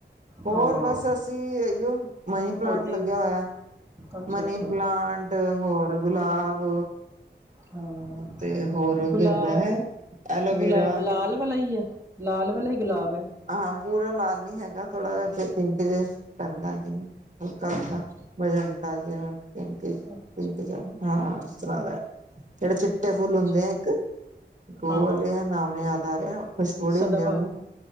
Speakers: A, on the right (about 45°); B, on the right (about 15°).
A: ਹੋਰ
B: ਹਾਂ
A: ਬਸ-ਬਸ। ਚੀਇਓ ਮਨੀ ਪਲਾਂਟ
B: ਪੌਦੇ
A: ਲੱਗਾ ਹੋਏਆ,
B: ਅੱਛਾ
A: ਮਨੀ
B: ਅੱਛਾ
A: ਪਲਾਂਟ ਤੇ ਹੋਰ ਗੁਲਾਬ।
B: ਹਾਂ,
A: ਤੇ ਹੋਰ
B: ਗੁਲਾਬ-
A: ਕੀ ਹੁੰਦਾ ਹੈ ਐਲੋਵੇਰਾ
B: ਗੁਲਾਬ ਲਾਲ? ਵਾਲਾ ਈ ਐ? ਲਾਲ ਵਾਲਾ ਈ ਗੁਲਾਬ ਐ।
A: ਹਾਂ ਪੂਰਾ ਲਾਲ ਨੀ ਹੈਗਾ ਥੋੜ੍ਹਾ ਜੇਆ ਪਿੰਕ ਜੇਆ ਪੈਂਦਾ ਹੈ ਹਲਕਾ- ਹਲਕਾ
B: ਅੱਛਾ
A: ਮਜੰਟਾ ਜੇਆ। ਪਿੰਕ-
B: ਅੱਛਾ
A: ਪਿੰਕ ਜੇਆ ਨੀ ਹਾਂ ਇਸ ਤਰ੍ਹਾਂ ਦਾ ਜੇੜੇ ਚਿੱਟੇ ਫੁੱਲ
B: ਅੱਛਾ
A: ਹੁੰਦੇ ਆ ਇੱਕ ਗੋਲ
B: ਹਾਂ ਹਾਂ
A: ਨਾਮ ਯਾਦ ਆਏਆ ਖੁਸ਼ਬੂ ਬੜੀ
B: ਸਦਾਬਹਾਰ
A: ਹੁੰਦੀ ਓਨਾ ਦੀ। -